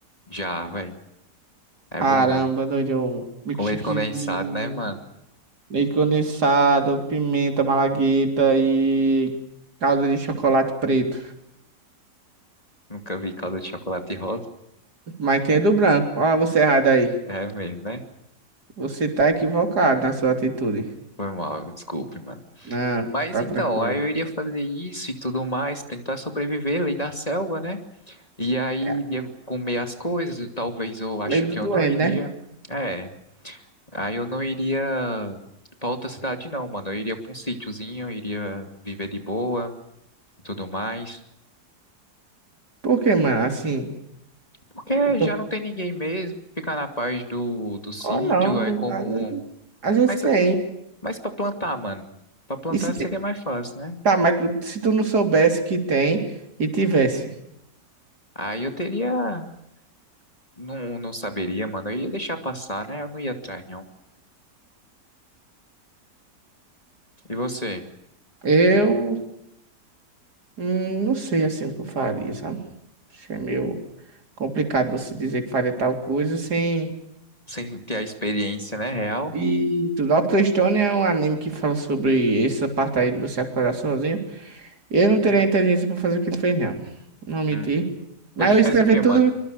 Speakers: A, on the left; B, on the right.
A: já, velho. É
B: Caramba,
A: bom, velho.
B: doido. eu- Milkshake
A: Com leite condensado,
B: de
A: né, mano?
B: leite condensado, pimenta, malagueta e calda de chocolate preto.
A: Nunca vi calda de chocolate rosa.
B: Mas tem é do branco. Olha você errado aí.
A: É mesmo, né?
B: Você tá equivocado na sua atitude.
A: Foi mal, desculpe, mano.
B: Não,
A: Mas
B: tá
A: então,
B: tranquilo.
A: aí eu iria fazer isso e tudo mais, tentar sobreviver, lei da selva, né? E aí
B: É,
A: iria comer as coisas, talvez eu acho
B: lei do
A: que
B: doente,
A: eu não iria.
B: né?
A: É. Aí eu não iria pra outra cidade, não, mano. Eu iria pra um sítiozinho, eu iria viver de boa e tudo mais.
B: Por que, mano? Assim,
A: Porque
B: eu tô...
A: já não tem ninguém mesmo, ficar na paz do, do sítio,
B: Oh, não.
A: aí como.
B: Às vezes às vezes
A: Mas,
B: tem.
A: mas pra plantar, mano. Pra plantar
B: E se tem...
A: seria mais fácil, né?
B: Tá, mas se tu não soubesse que tem e tivesse?
A: Aí eu teria. Não, não saberia, mano. Eu ia deixar passar, né? Eu não ia atrás, não. E você?
B: Eu Hum, não sei assim o que eu faria, sabe? Acho que é meio complicado você dizer que faria tal coisa sem.
A: Sem ter a experiência, né? Real?
B: E o Dr. Stone é um anime que fala sobre essa parte aí de você acordar sozinho. Eu não
A: Hum,
B: teria a inteligência pra fazer o que ele fez, não. Não menti.
A: hum.
B: Mas
A: Ele faz
B: eu escrevi
A: o quê,
B: tudo,
A: mano?